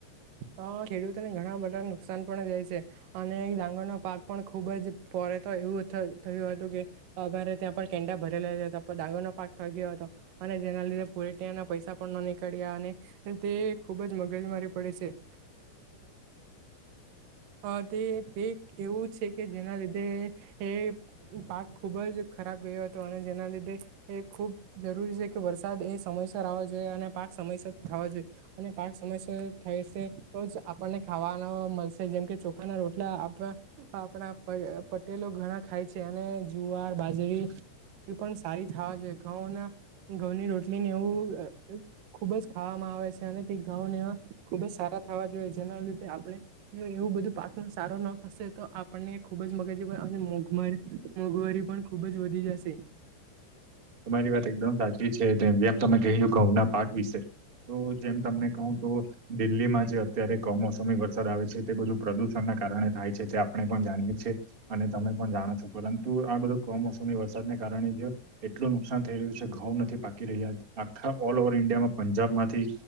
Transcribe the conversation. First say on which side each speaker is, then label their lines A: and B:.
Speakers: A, on the right (about 65°); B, on the right (about 25°).
A: હ, ખેડૂતોને ઘણા બધા નુકસાન પણ જાય છે. અને ડાંગરના પાક પણ ખુબ જ પરેે તો એવું થયું હતું કે અમારે ત્યાં પણ કેંડા ભરેલા હતા ડાંગર ન પા થઈ ગયો હતો અને, તેના લીધે પુરે ત ના પૈસા પણ ન નીકળ્યા અને, તે ખુબ જ મગજ મારી પડે છે. હ, તે તે એવું છે, કે જેના લીધે એ પાક ખુબજ ખરાબ ગયો હતો અને જેના લીધે એ ખૂબ જરૂરી છે, કે વરસાદ એ સમયસર આવો અને પાક સમયસર થવા જોઈએ અને પાક સમયસર થાય છે. તો જ આપણને ખાવાના મળશે જેમ કે ચોખા ના રોટલા આપ આપણા પટેલ ઘણા ખાય છે, અને જુવાર બાજરી એ પણ સારી થવા છે, ઘઉના ઘઉંની રોટલી ને એવું ખુબ જ ખાવામાં આવે છે, અને તે ઘઉને ખુબજ સારા થવા, જોઈએ જેના લીધે આપણે એવું બધું પાકનો સારો ન થશે તો આપણને ખુબ જ મગજ અને મોઘ મોંઘવારી પણ ખુબ જ વધી જશે
B: તમારી વાત એકદમ સાચી છે, જેમ તમે કહ્યું ઘઉં પાક વિશે તો જેમ તમને કહુ તો દિલ્હીમાં જે અત્યારે કમોસમી વરસાદ આવે છે, તે બધું પ્રદુષણ કારણે થાય છે. તે આપણે પણ જાણીએી અને તમે પણ જાણો છો, પરંતુ આ બધો કમોસમી વરસાદ કારણે જ એટલું નુકસાન થઈ રહ્યુ છે, ઘઉં નથી પાકી રહ્યા આખા ઓલ ઓવર ઈન્ડિયામાં પંજાબમાંથી